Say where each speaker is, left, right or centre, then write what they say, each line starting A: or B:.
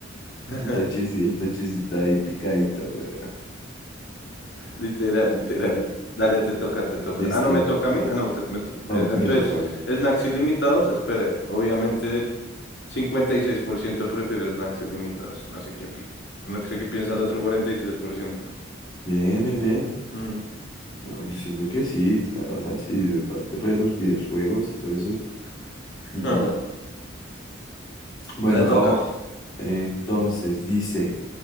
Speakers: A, on the left; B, on the left.
A: <laughs>
B: tochis- el tochicito ahí picadito, güey.
A: Literal, literal. Dale, te toca, te toca.
B: Listo.
A: Ah, no me toca a mí. Ah, no, te- me to-
B: No,
A: eh,
B: me
A: entonces,
B: toca. a mí.
A: snacks ilimitados, espere. Obviamente el 56% prefiere snacks ilimitados. No sé qué, pi- no sé qué piensa el otro 43%.
B: Bien, bien, bien.
A: Mm.
B: No, yo siento que sí, la verdad, sí, de parte pues, de los videojuegos y todo eso. Mm,
A: Ah,
B: mm. Bueno,
A: le toca.
B: ahora... Entonces, dice,